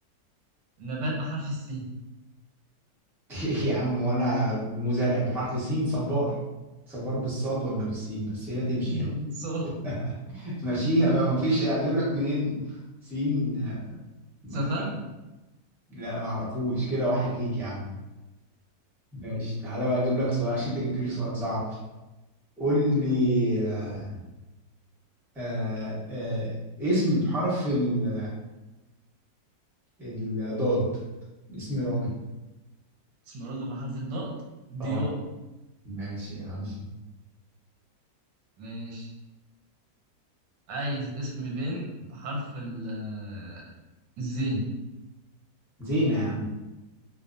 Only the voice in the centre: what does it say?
<laughs> يا عم وانا مزارع بحرف السين صبار صبار بالصاد ولا بالسين بس هي تمشي
يعني
<laughs> ماشيها بقى مفيش اجيب لك منين سين ما
لا لا معرفوش كده واحد ليك يا عم ماشي تعالى بقى اجيب لك سؤال عشان انت جبت لي سؤال صعب قول لي آه آه آه، اسم بحرف ال- الضاد اسم راجل
اه ماشي يا عم
زينة يا عم